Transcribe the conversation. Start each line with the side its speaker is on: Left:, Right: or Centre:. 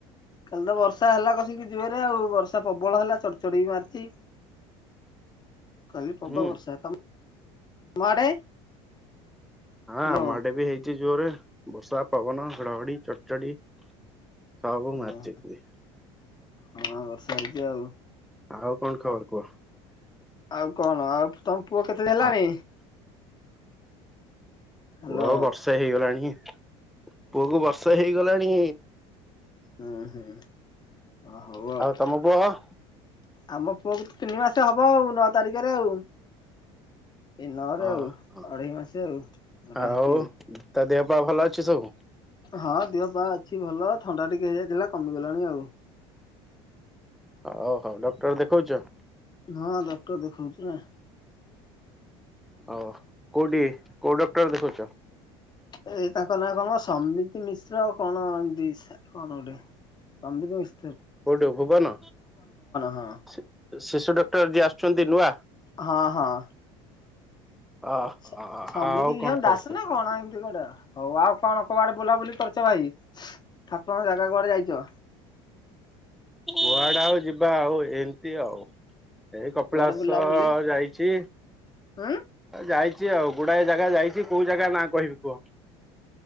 Left: କାଲି ତ ବର୍ଷା ହେଲା କସିକି ଜୋରରେ ଆଉ ବର୍ଷା ପ୍ରବଳ ହେଲା ଚଡ଼ ଚଡି ବିି ମାର ଚି କାଲିି ପ୍ରବ
Centre: ହୁଁ
Left: ବର୍ଷା ତମ ମ ଆଡେ? ହ୍ୟାଲୋ
Centre: ହଁ ଆମ ଆଡେ ବି ହେଇଛି ଜୋରରେ ବର୍ଷା ପବନ ଘଡ ଘଡି ଚଡ଼ ଚଡି। ସବୁ
Left: ଓହୋ
Centre: ମାରିଛି କି।
Left: ହଁ ବର୍ଷା ହେଇଚି ଆଉ।
Centre: ଆଉ କଣ ଖବର କୁହ।
Left: ଆଉ କଣ ଆଉ ତମ ପୁଅ କେତେ ହେଲାଣି?
Centre: ଆଉ
Left: ହାଲୋ
Centre: ପୁଅ ବର୍ଷେ ହେଇଗଲାଣି। ପୁଅ କୁ ବର୍ଷେ ହେଇଗଲାଣି।
Left: ହୁଁ ହୁଁ ଓ ହଉ ଆଉ।
Centre: ତମ ପୁଅ ଅ
Left: ଆମ ପୁଅକୁ ତ ତିନି ମାସ ହବ ଆଉ ନଅ ତାରିଖରେ ଆଉ। ଏଇ ନଅରେ
Centre: ହଁ
Left: ଆଉ
Centre: ହ
Left: ଅଢେଇ ମାସ ଆଉ। ଘରେ
Centre: ଆଉ
Left: ହେଇଛି
Centre: ତା ଦେହପା ଭଲ ଅଛି ସବୁ।
Left: ହଁ ଦିହପା ଅଛି ଭଲ ଥଣ୍ଡା ଟିକେ ହେଇଯାଇଥିଲା କମିଗଲାଣି ଆଉ।
Centre: ହଉ ହଉ ଡକ୍ଟର ଦେଖଉଛ?
Left: ହଁ ଡକ୍ଟର ଦେଖଉଛି ନା।
Centre: ହଉ କୋଉଠି କୋଉ ଡକ୍ଟର ଦେଖଉଛ?
Left: ଏ ତାଙ୍କ ନାଁ କଣ ସମିତି ମିଶ୍ର କଣ ଏମତି କଣ ଗୋଟେ ସମିତ ମି
Centre: କୋଉଠି ଭୁବନ?
Left: ହଁ
Centre: ଶି ଶିଶୁ ଡକ୍ଟର ଯିଏ ଆସୁଛନ୍ତି ନୂଆ।
Left: ହଁ ହଁ।
Centre: ଅ
Left: ସମ୍ ସମବିିତ
Centre: ଆଉ କଣ ଖବର
Left: ଦାସ
Centre: କୁହ?
Left: ନା କଣ ଏମିତି କୁଟା ଆଉ। ହଉ ଆଉ କଣ କୁଆଡେ ବୁଲାବୁଲି କରିଛ ଭାଇ। ଠାକୁରଙ୍କ ଜାଗା କୁଆଡେ ଯାଇଛ।
Centre: କୁଆଡେ ଆଉ ଯିବା ଆଉ ଏମିତି ଆଉ। ଏଇ କପିଳାସ
Left: କୁଆଡେ ବୁଲାବୁଲି
Centre: ଯାଇଛି
Left: ଉଁ
Centre: ଯାଇ ଛି ଆଉ ଗୁଡାଏ ଜାଗା ଯାଇଛି କୋଉ ଜାଗା ନା କହିବି କୁହ?